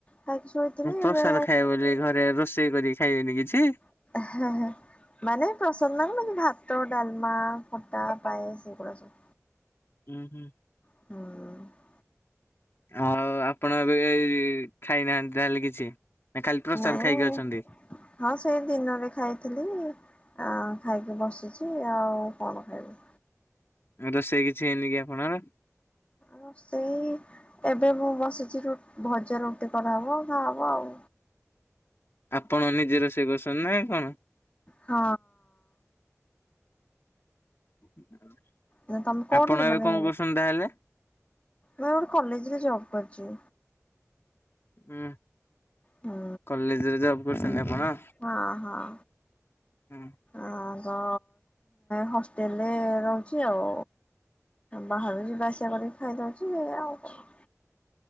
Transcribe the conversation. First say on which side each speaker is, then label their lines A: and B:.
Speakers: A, on the left; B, on the left.
A: ଖାଇକି ଶୋଇଥିଲି
B: ପ୍ରସାଦ
A: ଏବେ
B: ଖାଇବ ବୋଲି ଘରେ ରୋଷେଇ କରି ଖାଇବେନି କିଛି।
A: <unintelligible> ମାନେ ପ୍ରସାଦ ମାନେ ଭାତ, ଡଲମା, ଖଟା, ପାଏସ ସେଇଗୁଡା ସବୁ।
B: ହୁଁ ହୁଁ।
A: ହୁଁ।
B: ଆଉ ଆପଣ ଏବେ ଏଇ ଖାଇନାହାନ୍ତି ତାହେଲେ କିଛି। ନା ଖାଲି ପ୍ରସାଦ
A: ନାଇଁ
B: ଖାଇକି ଅଛନ୍ତି?
A: ହଁ ସେଇ ଦିନରେ ଖାଇଥିଲି ଆଉ ଖାଇକି ବସିଛି ଆଉ କଣ ଖାଇବ?
B: ଉଁ ରୋସେଇ କିଛି ହେଇନି କି ଆପଣଙ୍କର?
A: ରୋ ସେଇ ଏବେ ମୁଁ ବସିଛି ରୁ ଭଜା ରୁଟି କରାହବ ଖାଆ ହବ ଆଉ।
B: ଆପଣ ନିଜେ ରୋଷେଇ କରୁଛନ୍ତି ନା କଣ?
A: ହଁ।
B: <unintelligible>
A: ନା ତମେ କୋଉଠି
B: ଆପଣ ଏବେ
A: ମାନେ
B: କଣ କରୁଛନ୍ତି ତାହେଲେ?
A: ମୁଁ ଗୋଟେ କଲେଜରେ ଜବ କରିଛି।
B: ହୁଁ
A: ହୁଁ
B: କଲେଜରେ ଜବ କରୁଛନ୍ତି ଆପଣ?
A: ହଁ ହଁ।
B: ହୁଁ।
A: ଆ ହ ହଷ୍ଟେଲରେ ରହୁଛି ଆଉ। ବାହାରକୁ ଯିବା ଆସିବା କରିକି ଖାଇଦଉଛି ଆଉ କଣ?